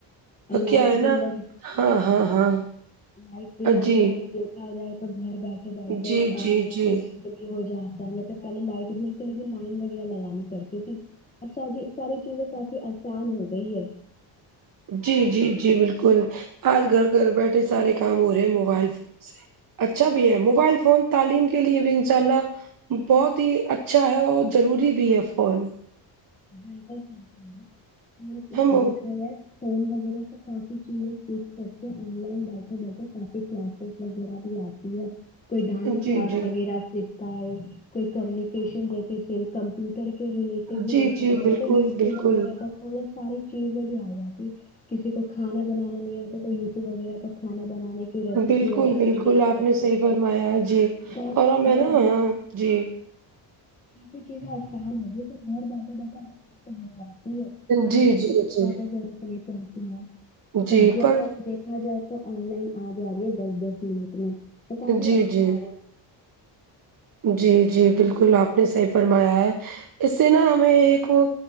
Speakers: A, on the right; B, on the left.
A: اب
B: لائٹ
A: کیا ہے
B: بل
A: نا
B: وغیرہ
A: ہاں ہاں ہاں
B: لائٹ بل وغیرہ
A: جی
B: بھی دیکھا جائے تو گھر بیٹھے بیٹھے
A: جی
B: آن
A: جی
B: لائن
A: جی
B: پیمنٹ کلیئر ہو جاتا ہے نہیں تو پہلے لائٹ بل کے لیے بھی لائن وغیرہ لگانی پڑتی تھی اچھا جی ساری چیزیں کافی آسان ہو گئی ہے
A: جی جی جی بالکل آج گھر گھر بیٹھے سارے کام ہو رہے ہیں مو بائل فون سے اچھا بھی ہے موبائل فون تعلیم کے لیے بھی ان شاء اللہ بہت ہی اچھا ہے اور جروری بھی ہے فون
B: بالکل صحیح فرمائیں
A: ہم
B: <unintelligible> دیکھا جائے فون وغیرہ سے کافی چیزیں سیکھ سکتے ہیں آن لائن بیٹھے بیٹھے کافی کلاس سیس وغیرہ بھی آتی ہے کوئی ڈانس
A: جی
B: کلاس
A: جی
B: وغیرہ سیکھتا ہے کوئی کمیونکیشن جیسے سلف کمپیوٹر کے ریلیٹڈ بھی
A: جی
B: دیکھا
A: جی
B: جاتا
A: بالکل
B: یوٹیوب
A: بالکل
B: وغیرہ میں ترنت ساری چیزیں بھی آ جاتی کسی کو کھانا بنانا نہیں آتا تو یوٹیوب وغیرہ پر کھانا بنانے کی ریسیپی
A: بالکل
B: وغیرہ
A: بالکل
B: بھی دیکھ
A: آپ
B: سکتے
A: نے صحیح فرمایا جی
B: بہت
A: اور ہمیں
B: بہت
A: نا ہاں جی
B: کافی چیزیں آسان ہے جیسے سب گھر بیٹھے بیٹھے آرام سے ہو جاتی ہے کہیں
A: جی
B: جانے
A: جی
B: کی بھی
A: جی
B: زیادہ ضرورت نہیں پڑ
A: جی
B: سبزیاں
A: پر
B: تک دیکھا جائے تو آن لائن آ جا رہی ہے دس دس منٹ میں تو کافی
A: جی
B: اچھا
A: جی
B: ہے
A: جی جی بالکل آپ نے صحیح فرمایا ہے اس سے نا ہمیں ایک وہ